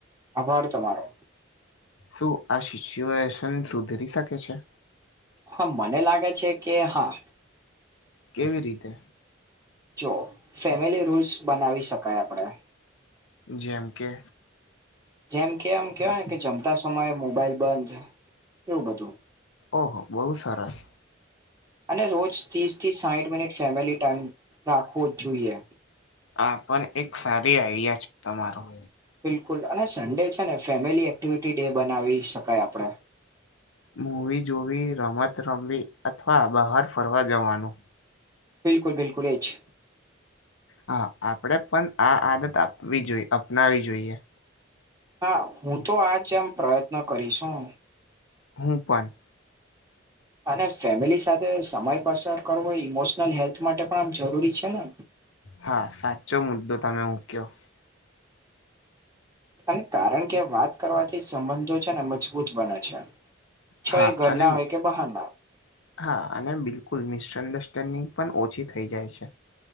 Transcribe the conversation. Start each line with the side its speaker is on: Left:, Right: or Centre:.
Right: આભાર તમારો.
Left: શું આ સિચ્યુએશન સુધરી શકે છે?
Right: હા મને લાગે છે કે હા.
Left: કેવી રીતે?
Right: જો ફેમિલી રૂલ્સ બનાવી શકાય આપણે
Left: જેમ કે
Right: જેમ કે આમ કહેવાય ને કે જમતા સમયે મોબાઈલ બંધ એવું બધું.
Left: ઓહો બો સરસ.
Right: અને રોજ ત્રીસ થી સાહીઠ મિનિટ ફેમિલી ટાઈમ રાખવો જ જોઈએ.
Left: આ પણ એક સારી આઈડિયા છે તમારું.
Right: બિલકુલ અને સન્ડે છે ને ફેમિલી એક્ટિવિટી ડે બનાવી શકાય આપણે.
Left: મૂવી જોવી, રમત રમવી અથવા બહાર ફરવા જવાનું.
Right: બિલકુલ બિલકુલ એ જ.
Left: હા આપડે પણ આ આદત આપવી જોઈએ અપનાવી જોઈએ.
Right: હા. હું તો આ જેમ પ્રયત્ન કરીશું.
Left: હું પન.
Right: અને ફેમિલી સાથે સમય પસાર કરવો ઈમોશનલ હેલ્થ માટે પણ આમ જરૂરી છે ને.
Left: હા સાચો મુદ્દો તમે મૂક્યો.
Right: અને કારણ કે વાત કરવાથી સંબંધો છે ને મજબૂત બને છે. છો
Left: હા.
Right: એ ઘરના
Left: અને
Right: હોય કે બહારના
Left: હા. અને બિલકુલ મિસઅન્ડરસ્ટેન્ડિંગ પણ ઓછી થઈ જાય છે.